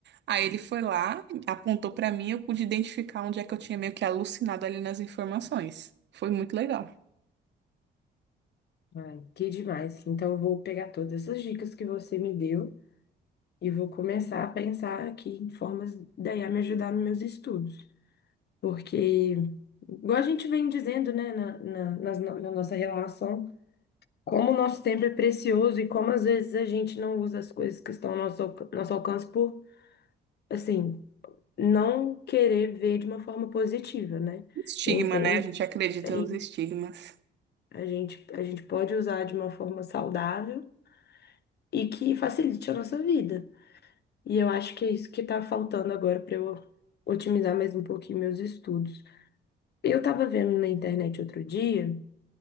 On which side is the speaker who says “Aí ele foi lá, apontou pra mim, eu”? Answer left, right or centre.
Right